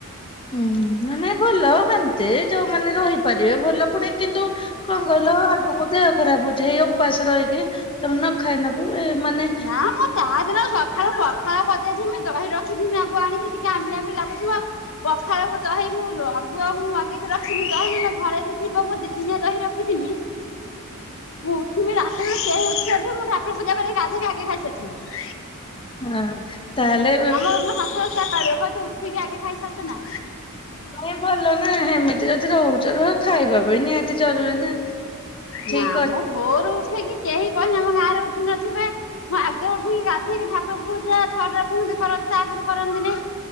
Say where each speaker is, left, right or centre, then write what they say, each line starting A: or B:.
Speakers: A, on the left; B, on the left.
A: ହୁଁ ନାଇ ଭଲ ହେମତି ଯୋଉମାନେ ରହିପାରିବେ ଭଲ ପୁଣି କିନ୍ତୁ କଣ କହିଲ ଆଗକୁ ଦେହ ଖରାପ ହଉଛି ଏଇ ଉପାସ ରହିକି ତମ ଖାଇ ନବୁ ଏ ମାନେ।
B: ନା ମୁଁ ତା ଦିନକୁ ସକାଳୁ ପଖାଳ କରିଦେଇଥିମି ଦହି ରଖିଥିମି ଆଗୁଆ ଆଣିକି ଟିକେ ଆମ୍ବିଳା ଆମ୍ବିଳା ଲାଗୁଥିବ। ପଖାଳକୁ ଦହି ମୁୁ ଆଗୁଆ ମୁଁ ମାଗିକି ରଖି ଦହି ନା ଘରେ ଥିବ ମୁଁ ଦିଦିନିଆ ଦହି ରଖିଥିମି। ମୁଁ ଉଠିବି ଆଗେ କେହି ଉଠିନଥିବେ ମୁଁ ଠାକୁର ପୂଜା କରି ଗା ଉଠିକି ଆଗେ ଖାଇସାରିଥିବି।
A: ହଁ। ତାହେଲେ
B: ଆମର ହସ ହସ କଥା କହିବେ ଉଠିକି ଆଗେ ଖାଇସାରିଛୁ ନା।
A: ନାଇଁ ଭଲ ନା ସେମିତି ଯଦି ରହୁଛ ରୁହ ଖାଇବା ବି ନିହାତି ଜରୁରୀ ନା। ଠିକ
B: ନାଆମ
A: ଅଛି
B: ଭୋରୁ ଉଠିକି କେହି କହିଲେ ଆମ ଗାଁରେ ଉଠି ନଥିବେ। ମୁଁ ଆଗେ ଉଠିକି ଗାଧେଇକି ଠାକୁର ପୂଜା ଛଅଟାରେ କୁହନ୍ତି କରନ୍ତି ତାପରେ କରନ୍ତିନି।